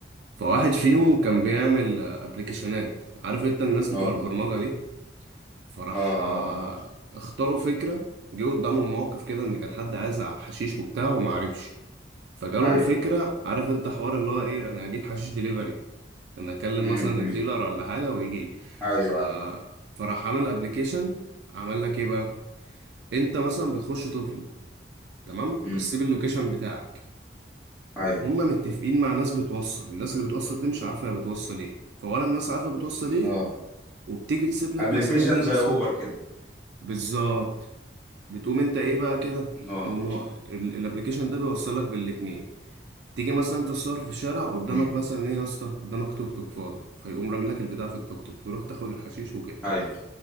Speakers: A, on the right (about 70°); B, in the centre.
A: فواحد فيهم كان بيعمل ابلكيشنات عارف انت الناس بتوع
B: اه
A: البرمجة دي فراح
B: اه آه.
A: آه،
B: آه.
A: اختاروا فكرة جه قدامهم موقف كده ان كان حد عايز حشيش وبتاع ومعرفش فجالهم
B: ايوه
A: فكرة عارف انت حوار اللي هو ايه انا هجيب حشيش ديليفري انا اكلم
B: امم
A: مثلا
B: أمم.
A: الديلر ولا حاجة ويجيلي
B: ايوه
A: ف...
B: ايوه
A: فراح عامل ابلكيشن عمل لك ايه بقى انت مثلا بتخش تطلب تمام
B: امم
A: وبتسيب اللوكيشن بتاعك
B: ايوه
A: وهم متفقين مع ناس بتوصل الناس اللي بتوصل دي مش عارفه هي بتوصل ايه فولا الناس عارفه بتوصل ايه
B: اه
A: وبتيجي تسيب لك
B: ابلكيشن
A: مثلا ايه يا
B: زي
A: اسطى
B: اوبر كده
A: بالظبط بتقوم انت ايه بقى كده
B: اه
A: تقوم هو- ال- الابليكيشن ده بيوصلك بالاتنين تيجي مثلا انت تصور في الشارع قدامك
B: امم
A: مثلا ايه يا اسطى قدامك توك توك فاضي فيقوم رامي لك البتاع في التوك توك تروح تاخد الحشيش وكده
B: ايوه